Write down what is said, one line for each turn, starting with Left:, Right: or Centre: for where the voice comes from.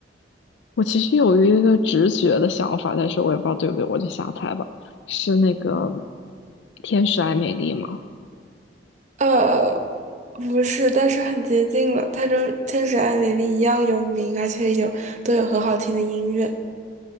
Left: 我其实有一个直觉的想法，但是我也不知道对不对，我就瞎猜吧。是那个《天使爱美丽》吗？
Right: 呃，不是，但是很接近了。它跟《天使爱美丽》一样有名，而且有都有很好听的音乐。